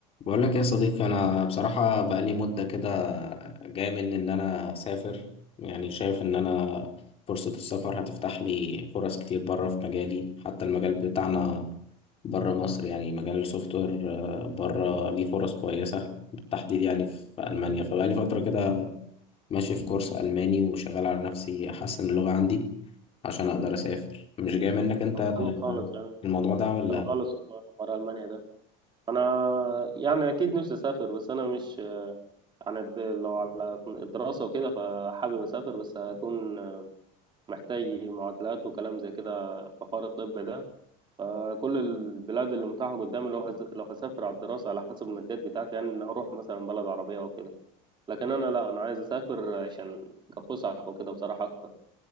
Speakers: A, on the left; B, on the right.
A: بقول لك يا صديقي انا بصراحه بقالي مده كده جاي مني ان انا اسافر يعني شايف ان انا فرصه السفر هتفتح لي فرص كتير بره في مجالي حتى المجال بتاعنا بره مصر يعني مجال السوفت وير آه، بره ليه فرص كويسه بالتحديد يعني في المانيا فبقالي فتره كده ماشي في كورس الماني وشغال على نفسي احسن اللغه عندي عشان اقدر اسافر مش جاي منك انت
B: طب حلو خالص يعني
A: الموضوع ده ولا
B: حلو خالص والله حوار ألمانيا ده أنا يعني أكيد نفسي أسافر بس أنا مش عن الد- لو على الدراسة وكده فحابب أسافر بس هكون محتاج معادلات وكلام زي كده في حوار الطب ده فكل البلاد اللي متاحة قدامي لو هز... لو هسافر على الدراسة على حسب الماديات بتاعتي يعني إن هروح مثلا بلد عربية أو كده لكن أنا لا أنا عايز أسافر عشان كفسح وكده بصراحة أكتر